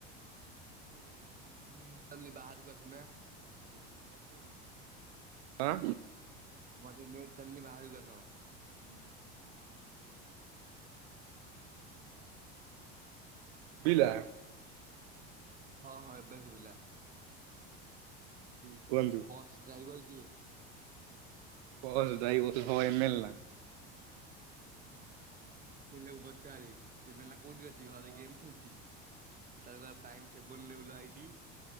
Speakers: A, on the right; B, on the right.
A: ତମର ଟିକେ ନେଟ୍ ଚକୁନି ବାହାରକୁ ଆସୁନା।
B: ଆଁ?
A: ତମର ଟିକେ ନେଟ ଚାଲୁନି ବାହାରକୁ ଆସ।
B: ବିଲା।
A: ହଁ ହଁ ଏବେ ଶୁଭିଲା।
B: ହୁଁ। କୁହନ୍ତୁ
A: ବସ୍ ଡ୍ରାଇଭର। କିଏ?
B: <unintelligible>
A: ବେଲେ। <unintelligible> କଉଠି ଅଛି
B: ନା
A: ଘରେ ଗେମ୍ ଖେଳଛି। ତା ପ୍ରାଇମ ସେ ବନ ବଲ ଆଇଡି।